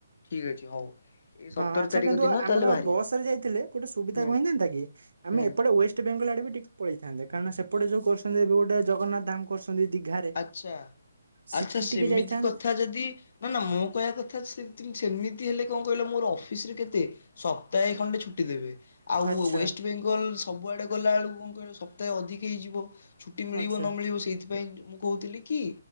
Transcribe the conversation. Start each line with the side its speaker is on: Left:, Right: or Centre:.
Left: ଠିକ୍ ଅଛି ହଉ। ଏଇ ସତର
Right: ହଁ ଆଚ୍ଛା
Left: ତାରିଖ
Right: କିନ୍ତୁ
Left: ଦିନ
Right: ଆମର
Left: ତାହେଲେ ବାହାରିବା
Right: ବସରେ ଯାଇଥିଲେ ଗୋଟେ ସୁବିଧା
Left: ହୁଁ
Right: କଣ ହେଉଥାନ୍ତା କି ଆମେ
Left: ହୁଁ।
Right: ଏପଟେ ୱେଷ୍ଟ ବେଙ୍ଗଲ୍ ଆଡେ ବି ଟିକେ ପଳେଇଥାନ୍ତେ, କାରଣ ସେପଟେ ଯଉ କରିଛନ୍ତି ଗୋଟେ ଜଗନ୍ନାଥ ଧାମ କରଛନ୍ତି ଦିଘାରେ
Left: ଆଚ୍ଛା-ଆଚ୍ଛା
Right: ସିଟି
Left: ସେମିତି
Right: ଟିକେ ଯାଇଥାନ୍ତେ
Left: କଥା ଯଦି ନା ନା ମୋ କହିବା କଥା ସେ ତେମେ ସେମିତି ହେଲେ କଣ କହିଲ ମୋର ଅଫିସରେ କେତେ ସପ୍ତାହେ ଖଣ୍ଡେ ଛୁଟି ଦେବେ। ଆଉ
Right: ଆଚ୍ଛା
Left: ୱେଷ୍ଟ ବେଙ୍ଗଲ୍ ସବୁଆଡେ ଗଲା ବେଳକୁ କଣ କହିଲ ସପ୍ତାହେ ଅଧିକ ହେଇଯିବ। ଛୁଟି ମିଳିବ
Right: ଆଚ୍ଛା
Left: ନ ମିଳିବ ସେଇଥିପାଇଁ ମୁଁ କହୁଥିଲି କି